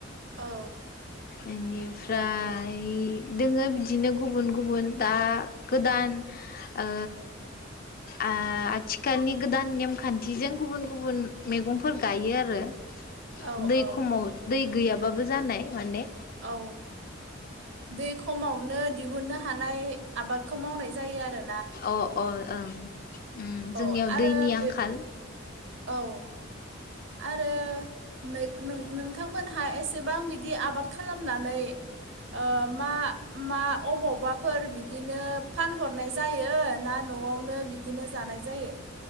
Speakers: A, on the right; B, on the left.
A: औ।
B: एनिफ्राय दोङो बिदिनो गुबुन गुबुन दा गोदान ओ आ-आथिखालनि नेमखान्थिजों गुबुन गुबुन मैगंफोर गायो आरो
A: औ
B: दै
A: औ
B: खमाव दै गैयाब बाबो जानाय माने।
A: औ दै खमावनो दिहुननो हानाय आबादखौ मावनाय जायो आरो
B: अह अह ओं उम
A: औ
B: जोंनियाव
A: आरो
B: दैनि आंखाल।
A: बे औ आरो मै नों-नों-नोंथांमोनहा एसेबां बिदि आबाद खा खालामनानै ओ मा मा अबावबाफोर बिदिनो फानहरनाय जायो ना न'आवनो बिदिनो जानाय जायो?